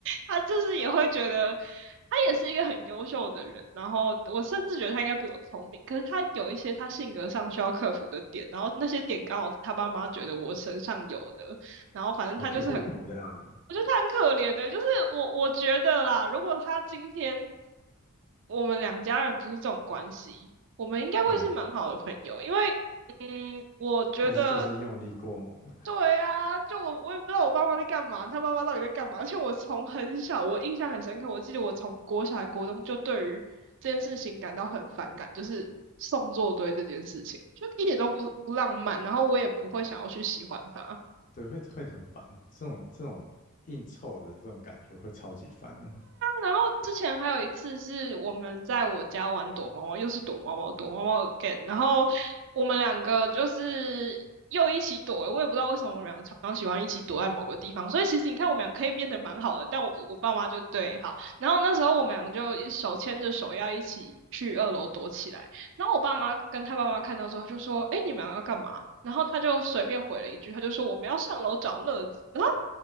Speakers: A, on the right; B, on the left.
A: 他就是也会觉得他也是一个很优秀的人，然后我甚至觉得他应该比我聪明，可是他有一些他性格上需要克服的点，然后那些点刚好是他爸妈觉得我身上有的。然后反正他就是很，
B: 哦，可以互补这样子，
A: 我觉得他很可怜的、就是我我觉得啦，如果他今天我们两家人不是这种关系，我们应该会是蛮好的朋友，
B: 嗯，
A: 因为嗯，我觉得
B: 但是就是用力过猛了，
A: 对啊，就我我也不知道我爸妈在干嘛，他爸妈到底在干嘛，而且我从很小，我印象很深刻，我记得我从国小还国中就对于这件事情感到很反感，就是送作堆这件事情，就一点都不不浪漫，然后我也不会想要去喜欢他。
B: 对，会会很烦，这种这种硬凑的这种感觉会超级烦的。
A: 然后之前还有一次是我们在我家玩躲猫猫，又是躲猫猫，躲猫猫 again，然后我们两个就是又一起躲了，我也不知道为什么我们两个常常喜欢一起躲在某个地方，所以其实你看我们俩可以变得蛮好的，但我我爸妈就对好，然后那时候我们两个就手牵着手要一起去二楼躲起来，然后我爸妈跟他爸妈看到之后就说：“哎，你们要干嘛？”然后他就随便回了一句，他就说：“我们要上楼找乐子。”然后